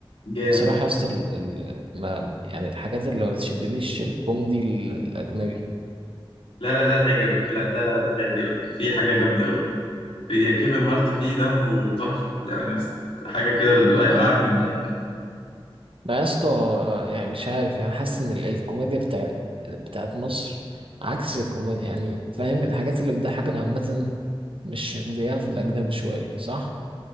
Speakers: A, on the left; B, on the right.
A: جامد
B: بصراحة يس ال... ال- ما يعني الحاجات اللي ما بتشدنيش الكوميدي الأجنبي
A: لا لا ده هيعجبك لا ده ده هيعجبك في حاجة جامدة قوي في كيفن هارت فيه دمه تحفة يعني بس- حاجة كده هيوقعك من الضحك
B: ما يس يعني مش عارف يعني حاسس إن ال- الكوميديا بتاع... بتاعت مصر عكس الكوميديا يعني فاهم الحاجات اللي بتضحكنا عامة مش هنلاقيها في الأجنبي شوية صح؟